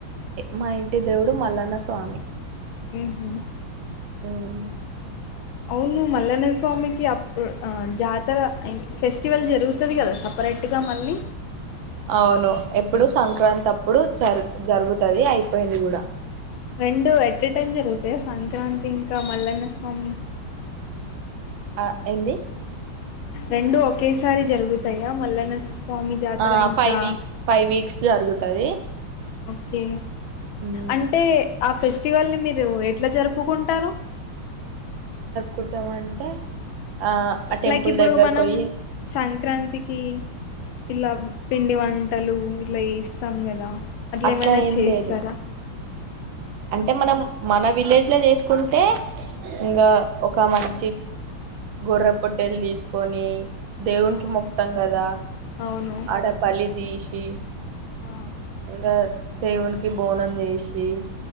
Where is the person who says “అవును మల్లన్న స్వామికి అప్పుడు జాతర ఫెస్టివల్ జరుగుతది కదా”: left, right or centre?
Left